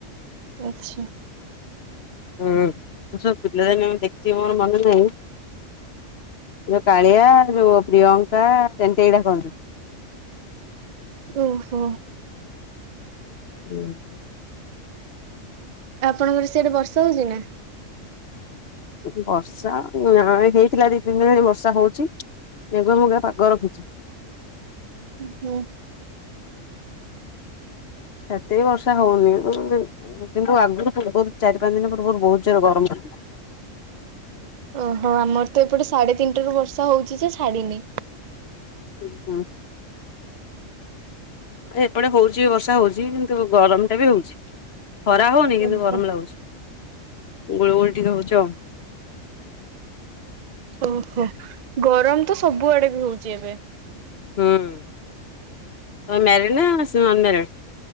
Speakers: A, on the right; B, on the left.
A: ଆଚ୍ଛା।
B: ହୁଁ ସବୁ ପିଲା ମୁଁ ଦେଖିଥିବି ମୋର ମନେ ନାହିଁ। ଯୋଉ କାଳିଆ ଯୋଉ ପ୍ରିୟଙ୍କା ଟେଣ୍ଟେଇ ଡାକନ୍ତି। <unintelligible>
A: ଓହୋ
B: ହୁଁ
A: ଆପଣଙ୍କର ସିଆଡେ ବର୍ଷା ହୋଉଛି ନା
B: ବର୍ଷା ନା ହେଇଥିଲା ଦି ତିନି ଦିନ ହେଲାଣି ବର୍ଷା ହଉଛି। ମେଘ ମୁଘା ପାଗ ରଖିଛି।
A: ହୁଁ
B: ସେତିକି ବର୍ଷା ହଉନି କିନ୍ତୁ ଆଗରୁ ପୂର୍ବରୁ ଚାରି ପାଞ୍ଚ ଦିନ ପୂର୍ବରୁ ବହୁତ ଜୋର ଗରମ <unintelligible>
A: ଓହୋ ଆମର ତ ଏପଟେ ସାଢେ ତିନିଟା ରୁ ବର୍ଷା ହଉଛି ଯେ ଛାଡିିନି।
B: ହୁଁ ଏଁ ଏପଟେ ହଉଛି ବର୍ଷା ହଉଛି କିନ୍ତୁ ଗରମ ଟା ବି ହଉଛି। ଖରା ହଉନି କିନ୍ତୁ
A: ଓହୋ
B: ଗରମ ଲାଗୁଛି। ଗୁଳୁ ଗୁଳି ଟିକେ ହଉଚ
A: ଓହୋ ଗରମ ତ ସବୁଆଡେ ବି ହଉଛି ଏବେ।
B: ହୁଁ ତମେ ମ୍ୟାରେଡ୍ ନା ସେ ଅନ୍ ମ୍ୟାରେଡ।